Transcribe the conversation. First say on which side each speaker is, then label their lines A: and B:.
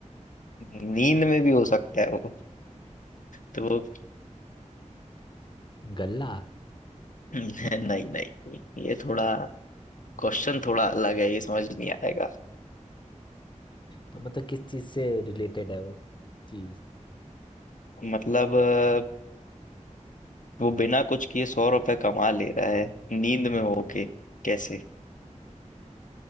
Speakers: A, on the left (about 85°); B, on the left (about 40°).
A: नींद में भी हो सकता है वो तो वो
B: गल्ला
A: <laughs> नहीं नहीं नहीं ये थोड़ा क्वेश्चन थोड़ा अलग है ये समझ नहीं आएगा
B: तो मतलब किस चीज से रिलेटेड है वो चीज
A: मतलब अ, वो बिना कुछ किए सौ रुपए कमा ले रहा है नींद में होके कैसे